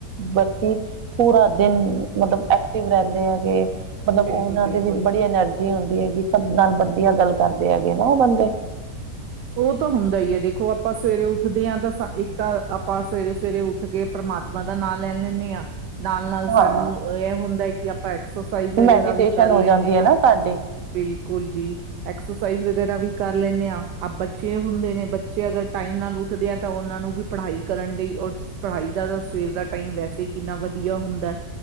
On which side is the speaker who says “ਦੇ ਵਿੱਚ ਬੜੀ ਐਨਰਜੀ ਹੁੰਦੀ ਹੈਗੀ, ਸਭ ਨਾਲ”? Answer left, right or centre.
Right